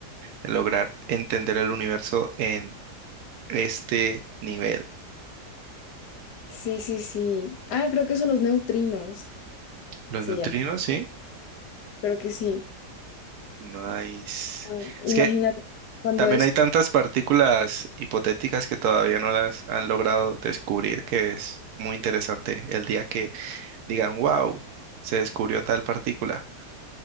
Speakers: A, on the right; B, on the left.
A: en lograr entender el universo en este nivel.
B: sí, sí, sí. Ah, creo que son los neutrinos,
A: Los
B: se
A: neutrinos,
B: llama.
A: sí.
B: Creo que sí.
A: Nice.
B: Ah,
A: Es
B: Imagínate
A: que
B: cuando
A: también
B: es
A: hay tantas partículas hipotéticas que todavía no las han logrado descubrir, que es muy interesante el día que digan, wow, se descubrió tal partícula.